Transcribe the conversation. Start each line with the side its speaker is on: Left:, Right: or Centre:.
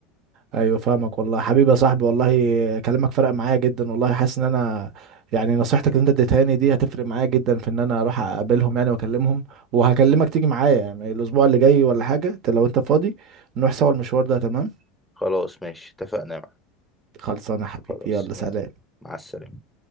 Right: ايوه فاهمك والله حبيبي يا صاحبي والله كلامك فرق معايا جدا والله حاسس ان انا يعني نصيحتك اللي انت اديتها لي دي هتفرق معايا جدا في ان انا اروح اقابلهم يعني واكلمهم وهكلمك تيجي معايا يعني الاسبوع اللي جاي ولا حاجه انت لو انت فاضي نروح سوا المشوار ده تمام
Centre: خلاص ماشي اتفقنا يا معلم.
Right: خلصانه يا حبيبي
Centre: خلاص
Right: يلا
Centre: يلا
Right: سلام
Centre: مع السلامة